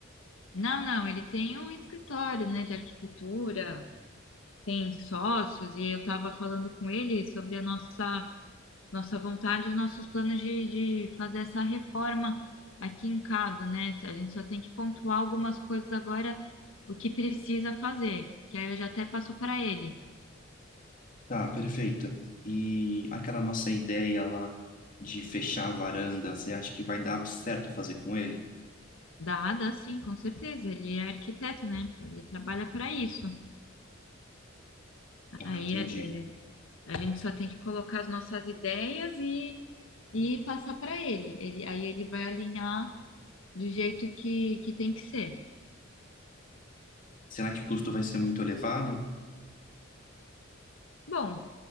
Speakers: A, on the left; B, on the left.
A: Não, não, ele tem um escritório, né, de arquitetura, tem sócios, e eu estava falando com ele sobre a nossa. nossa vontade, os nossos planos de, de fazer essa reforma aqui em casa, né? A gente só tem que pontuar algumas coisas agora, o que precisa fazer, que aí eu já até passo para ele.
B: Tá, perfeito. E aquela nossa ideia lá de fechar a varanda, você acha que vai dar certo fazer com ele?
A: Dá, dá sim, com certeza. Ele é arquiteto, né? Ele trabalha para isso.
B: Ah,
A: Aí
B: entendi.
A: é, é, a gente só tem que colocar as nossas ideias e, e passar para ele. Ele. Aí ele vai alinhar do jeito que, que tem que ser.
B: Será que o custo vai ser muito elevado?
A: Bom,